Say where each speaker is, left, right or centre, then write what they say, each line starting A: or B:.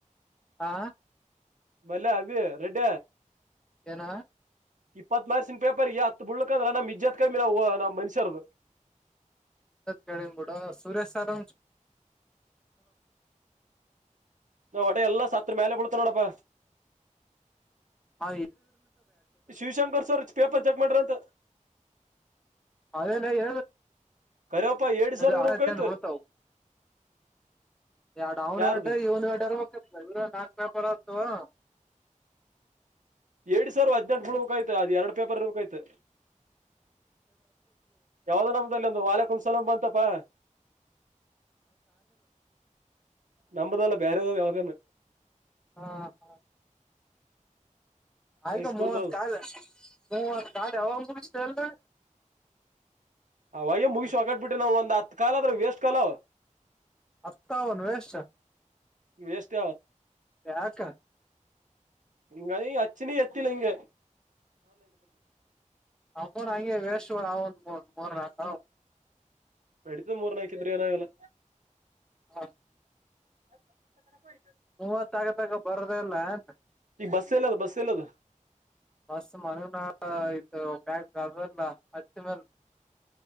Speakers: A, in the centre; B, on the right.
A: ಹಾ
B: ಮಲ್ಲ ಅಭಿ ರೆಡ್ಡ
A: ಏನ
B: ಇಪ್ಪತ್ ಮನಸಿನ ಪೇಪರ್ಗೆ ಹತ್ ಬಳ್ಕ ಅಂದ್ರ ನಮ್ಮ್ ಇಜ್ಜತ್ ಕಮಿ ನಾವು ನಮ್ಮ್ ಮನ್ಷ್ಯರ್ದು
A: ಕಡ ಬಿಡ ಸುರೇಶ್ ಸರ್
B: ನಾಡೆ ಎಲ್ಲ ಸತ್ ಮೇಲೆ ಬ ಬಿಳ್ತ ನೋಡಪ್ಪ
A: <unintelligible>
B: ಶಿವಶಂಕರ್ ಸರ್ ಪೇಪರ್ ಚೆಕ್ ಮಾಡ್ರಿ ಅಂತ
A: ಅದೇನ ಹೇಳ
B: ಕರಿಯಪ್ಪ ಏಡ್ ಸಾವಿರ
A: ಆ
B: ಇರ್ಬೇಕಾಯ್ತು
A: ಜಂ ಬರ್ತಾವ ಎಡು ಅವನ್
B: ಯಾರ್ದು
A: ವಟ ಇ ಒಂದ ವಡವ ನಾಪ ಹ
B: ಎಏಡ್ ಸಾವಿರ ಹದ್ಟು ಬಿಳ ಬುಕಾಯ್ತ ಅದ್ ಎರಡು ಪೇಪರ್ ಬೇಕಾಯ್ತು ಯಾವ್ದೋ ನಮ್ದಲ್ಲಿ ಒಂದು ವಾಳೆ ಕುಂಸಲ ಬಂತಪಾ ನಂಬದಾಲ್ಲ ಬರೆ ಯ ಯಾಗಮ್ಮ
A: ಹಾ ಹಾ ಆಯ್ಗ
B: ಹೈಸ್ಕೂಲ್ದವ್
A: ಮೂವತ್ ಕಾಲ ಮೂವತ್ ಕಾಲ ಅವ ಚಲ
B: ಅಯ್ಯೋ ಮುಗಿಸಿ ಹೊಗಾಟ್ ಬಿಟ್ರೆ ನಾವವು ಒಂದ್ ಹತ್ ಕಾಾಲ ಅದ್ರ ವೇಸ್ಟ್ ಕಾಲ
A: ಅತ್ತ ಒನ್ ವಷ
B: ವೇಸ್ಟ್
A: ಯಾಕ
B: ಇಂಗ ಅಚ್ಚನ ಎತ್ತಿಲ್ಲಂಗ
A: ಅಮ್ಮನ ಹಂಗೆ ವೇಸ್ ಅವಂದ ಮೂ ಮೂರ್ನಾಕ
B: ನಡಿತ ಮೂರ್ನ ಹಕಿದ್ರೆ ಏನಾಗಲ್ಲ
A: ಹಾ
B: ಹ
A: ಮೂವತ್ತ ಆಗ ತಗ ಬರದಲ್ಲನ್
B: ಈಗ ಬಸ್ ಎಲ್ಲದ ಬಸ್ ಎಲ್ಲದ
A: ಬಸ್ ಮಾನು ನ <unintelligible> ಹಚ್ಚ ಮಲ್